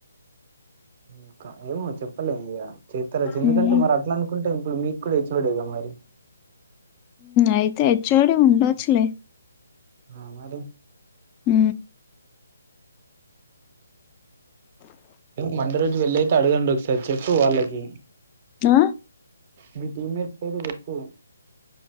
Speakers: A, on the right (about 35°); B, on the left (about 20°).
A: <unintelligible> చెప్పలేం ఇక చేత్తరా ఎందుకంటే
B: ఉమ్,
A: మరి అట్లా అనుకుంటే ఇప్పుడు మీక్ క్కూడా హెచ్ ఒడే గా మరి
B: అయితే ఎచ్ ఓడి ఉండొచ్చులే
A: ఆ మరి
B: ఉ
A: మండె రోజు వెళ్ళి అయితే అడగండి ఒకసారి చెప్పు వాళ్ళకి
B: ఆ
A: మీ టీమేట్స్ పేరు చెప్పు